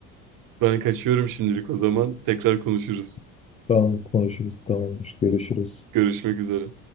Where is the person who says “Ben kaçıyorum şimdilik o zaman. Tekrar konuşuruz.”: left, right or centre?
Right